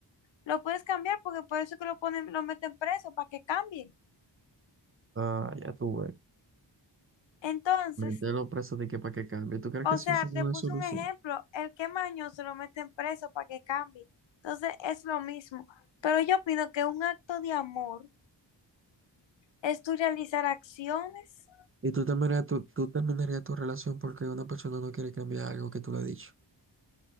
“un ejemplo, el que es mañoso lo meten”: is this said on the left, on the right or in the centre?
Left